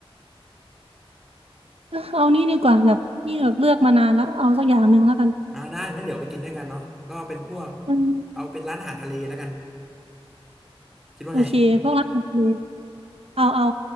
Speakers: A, on the right; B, in the centre.
A: เอ้อเอานี่ดีกว่าแบบนี่แบบเลือกมานานแล้วเอาสักอย่างหนึ่งแล้วกัน
B: อ่าได้งั้นเดี๋ยวไปกินด้วยกันเนาะก็เป็นพวก
A: อืม
B: เอาเป็นร้านอาหารทะเลแล้วกันคิดว่าไง
A: โอเคพวกร้านอาหารทะเลเอาเอา